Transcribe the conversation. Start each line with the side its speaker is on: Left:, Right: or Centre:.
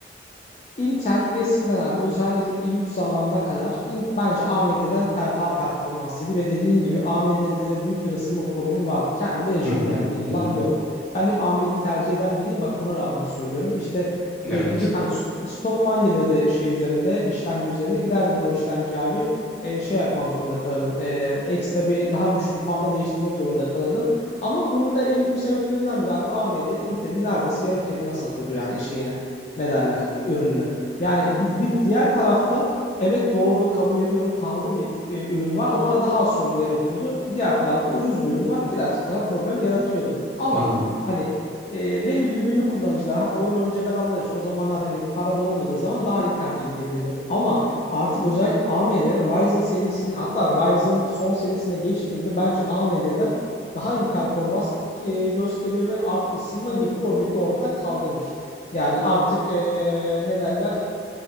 Left: Intel eskiden abi özellikle i3 zamanına kadar in, bence AMD'den per- daha performanslıydı ve dediğin gibi AMD'de de büyük bir ısınma problemi vardı. Kendim de yaşadım
Centre: Hı hı,
Left: yani bunun
Centre: hı
Left: yalan
Centre: hı.
Left: yok. Ben hep AMD'yi tercih eden biriyim bak buna rağmen söylüyorum. İşte e,
Centre: Evet.
Left: gidip hani st- stok fan gelirdi şey üzerinde işlemci üzerinde giderdim ben o işlemci abi e, şey yapmak zorunda kalırdım. E, ekstra bir daha güçlü bir fanla değiştirmek zorunda kalırdım. Ama bunun da en büyük sebeplerinden biri abi AMD Intel'in neredeyse yarı fiyatına satıyordu yani şeyini ne derler e, ürününü. Yani bir, bir diğer tarafta evet doğru kabul ediyorum pahalı bir e, ürün var ama daha az sorun yaratıyordu. Diğer tarafta ucuz bir ürün var birazcık daha problem yaratıyordu. Ama
Centre: Hı hı.
Left: hani e, benim gibi günlük kullanıcılar hatta oyun oynayacak adamlar için o zamanlar hani parada olmadığı zaman daha iyi tercih edilebiliyordu. Ama artık özellikle AMD Ryzen serisi hatta Ryzen son serisine geçtiğinde bence AMD'den daha iyi performans e, gösteriyor ve artık ısınma gibi problemi de ortadan kaldırmış. Yani artık e, ne derler